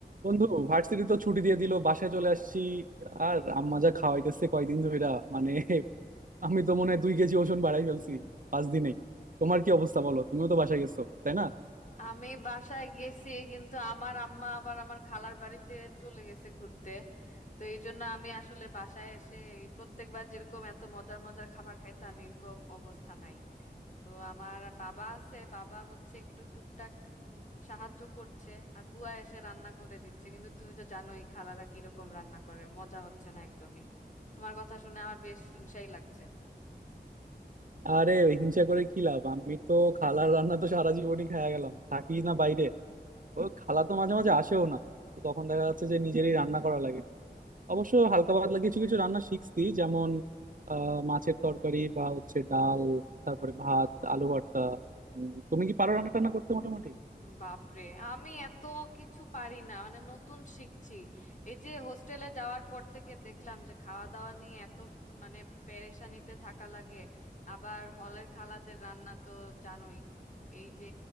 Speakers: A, on the right; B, on the left.
A: বন্ধু ভার্সিটি তো ছুটি দিয়ে দিল বাসায় চলে আসছি আর আম্মা যা খাওয়াইতেছে কয়দিন ধইরা মানে আমি তো মনে হয় দুই কেজি ওজন বাড়াই ফেলছি পাঁচ দিনেই তোমার কি অবস্থা বলো তুমিও তো বাসায় গেছো তাই না
B: আমি বাসায় গেছি কিন্তু আমার আম্মা আবার আমার খালার বাড়িতে চলে গেছে ঘুরতে তো এই জন্য আমি আসলে বাসায় এসে এই প্রত্যেকবার যেরকম এত মজার মজার খাবার খাইতাম এরকম অবস্থা নাই তো আমার বাবা আছে বাবা হচ্ছে একটু টুকটাক সাহায্য করছে আর বুয়া এসে রান্না করে দিচ্ছে কিন্তু তুমি তো জানোই খালারা কিরকম রান্না করে মজা হচ্ছে না একদমই তোমার কথা শুনে আমার বেশ হিংসাই লাগছে
A: আরে হিংসা করে কি লাভ আমি তো খালার রান্না তো সারা জীবনই খায়া গেলাম থাকি না বাইরে ও খালা তো মাঝে মাঝে আসেও না তো তখন দেখা যাচ্ছে যে নিজেরই রান্না করা লাগে অবশ্য হালকা পাতলা কিছু কিছু রান্না শিখছি যেমন আহ মাছের তরকারি বা হচ্ছে ডাল তারপরে ভাত আলু ভর্তা উম, তুমি কি পারো রান্না টান্না করতে মোটামুটি
B: বাপরে আমি এত কিছু পারি না মানে নতুন শিখছি এই যে হোস্টেলে যাওয়ার পর থেকে দেখলাম যে খাওয়া দাওয়া নিয়ে এত মানে পেরেশানিতে থাকা লাগে আবার হলের খালাদের রান্না তো জানোই এই যে